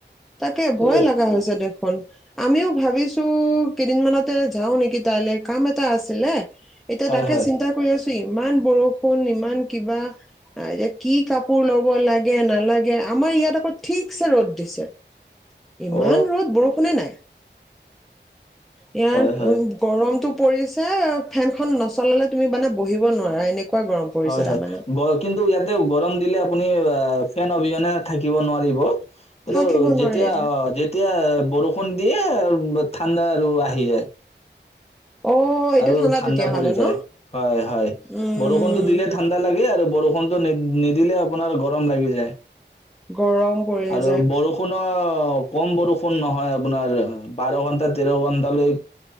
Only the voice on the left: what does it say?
তে
হয়
হয়
অ
হয় হয়
হয়
হয় গ কিন্তু ইয়াতে গৰম দিলে আপুনি অ ফেন অবিহনে থাকিব নোৱাৰিব এইটো
যেতিয়া
অ যেতিয়া বৰষুণ দে আৰ ঠাণ্ডা আৰু আহি যায়
আৰু ঠাণ্ডা
পৰি
যায় হয় হয়
বৰষুণতটো দিলে ঠাণ্ডা লাগে আৰু বৰষুণটো নিদিলে আপোনাৰ গৰম লাগি যায়
আৰু
বৰষুণৰ কম বৰষুণ নহয় আপোনাৰ বাৰ ঘন্টা তেৰ ঘন্টালৈ